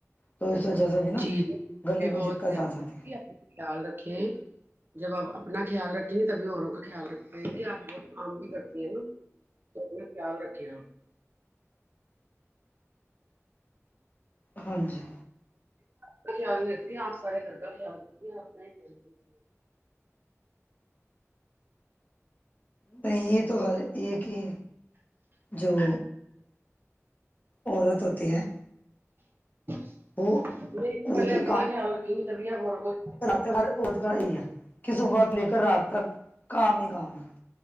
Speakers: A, on the left (about 35°); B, on the right (about 45°).
A: تو اس وجہ سے بھی نا
B: جی جی
A: گلے
B: بھی
A: میں
B: بہت
A: دقت
B: زیادہ
A: آ جاتی ہے
B: اپنا خیال رکھے جب آپ اپنا خیال رکھیں گی تبھی اوروں کا خیال رکھ پائیں گے آپ بہت کام بھی کرتی ہیں نا توا خیال رکھے
A: ہاں جی
B: کا خیال نہیں رکھتی آپ ساریے لرگا کا خیال رکھتی ہیں اپنا ہی <unintelligible> <unintelligible>
A: نہیں یہ تو ہر یہ کہ جو عورت ہوتی ہے
B: میں
A: وہ
B: تو
A: مطلب
B: پہلے
A: کہ
B: اپنا خیال رکھیں گی تبیا بوروں کا <unintelligible>
A: ورتکار یہی ہے کہ صبح لے کر رات تک کام ہی کام ہے